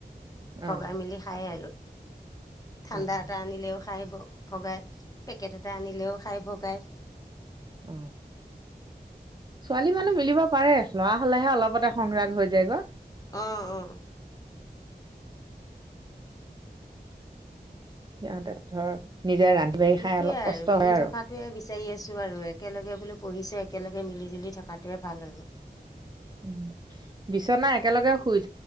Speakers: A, on the left; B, on the right.
A: ভগাই
B: অঁ
A: মেলি খায় আৰু ঠাণ্ডা
B: অঁ
A: এটা আনিলেও খাই ভগাই পেকেট এটা আনিলেও খাই ভগায়
B: অ ছোৱালী মানুহ মিলিব পাৰে লৰা হলেহে অলপতে খং ৰাগ হৈ যায় গৈ
A: অ অ
B: সিহঁতে ধৰ নিজে ৰান্ধি বাঢ়ি
A: সেইটোয়ে
B: খাই অলপ
A: আৰু
B: কষ্ট
A: মিলি
B: হয় আৰু
A: থকাতোৱে বিচাৰি আছো আৰু একেলগে বোলোঁ পঢ়িচে একেলগে মিলি জুলি থকাটোৱে ভাল হৈছে
B: উম বিচনা একেলগে শুইছ